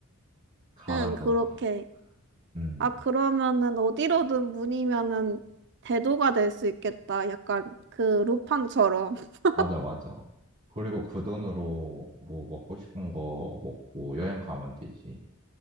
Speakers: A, on the right (about 35°); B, on the right (about 50°).
A: 갈아서.
B: 응, 그렇게.
A: 음,
B: 아, 그러면은 어디로든 문이면은 대도가 될 수 있겠다. 약간 그 루팡처럼. <laughs>
A: 맞아, 맞아. 그리고 그 돈으로 뭐 먹고 싶은 거 먹고 여행 가면 되지.